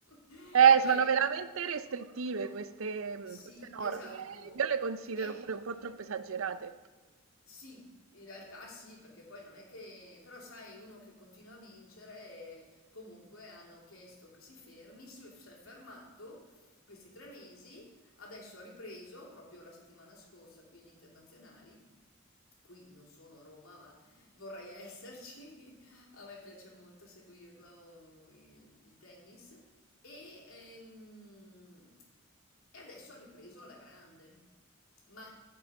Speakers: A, on the left; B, on the right.
A: <laughs>
B: Eh,
A: ok?
B: sono veramente restrittive queste, mh,
A: Sì,
B: queste norme.
A: esatto.
B: eh. Io le considero
A: E
B: pure un po' troppo esagerate.
A: sì, in realtà sì, perché poi non è che... Però sai, uno che continua a vincere, eh, comunque hanno chiesto che si fermi, si si è fermato questi tre mesi, adesso ha ripreso proprio la settimana scorsa qui agli internazionali Qui non sono a Roma, ma vorrei esserci. <laughs> A me piace molto seguirlo il, il tennis. E, ehm, e adesso ha ripreso alla grande. Ma